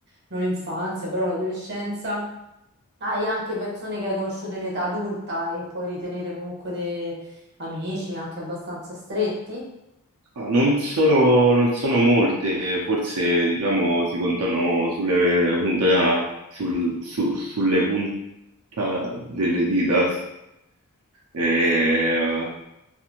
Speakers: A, on the right; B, on the right.
A: non l'infanzia, però l'adolescenza, hai anche persone che hai conosciuto in età adulta e puoi ritenere comunque dei amici anche abbastanza stretti,
B: Ah, Non sono, non sono molte, forse diciamo si contano sulle punta, sul- su- sulle punta delle dita. Eh,